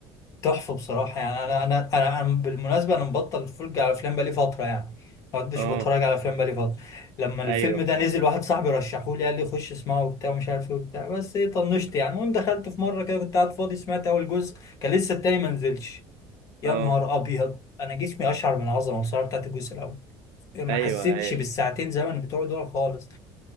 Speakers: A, on the left; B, on the right.
A: تحفة بصراحة يعني أنا أنا أنا أنا بالمناسبة أنا مبطل أتفرج على أفلام بقالي فترة يعني ما كنتش
B: اه
A: بتفرج على أفلام بقالي فترة لما الفيلم
B: ايوه
A: ده نزل واحد صاحبي رشحه لي قال لي خش اسمعه وبتاع ومش عارف إيه وبتاع بس إيه طنشت يعني المهم دخلت في مرة كده كنت قاعد فاضي سمعت أول جزء كان لسه التاني ما نزلش يا
B: اه
A: نهار أبيض أنا جسمي أشعر من العظمة بصراحة بتاعت الجزء الأول ما
B: ايوه
A: حسيتش
B: ايوه
A: بالساعتين زمن بتوع دول خالص